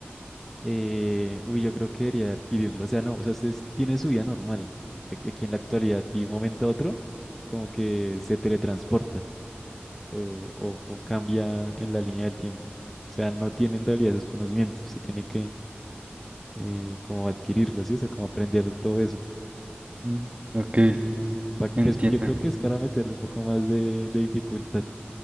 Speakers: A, in the centre; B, on the right (about 30°).
A: Eh, uy, yo creo que debería adquirirlo. O sea, no, o sea, usted tiene su vida normal. eh, que Aquí en la actualidad y un momento a otro, como que se teletransporta o, o o cambia en la línea del tiempo. O sea, no tiene en realidad esos conocimientos. Se tiene que eh, como adquirirlo, ¿sí? O sea, como aprender todo eso.
B: Mm, Ok,
A: Pa-
B: entiendo.
A: pues yo creo que es para meterle un poco más de, de dificultad.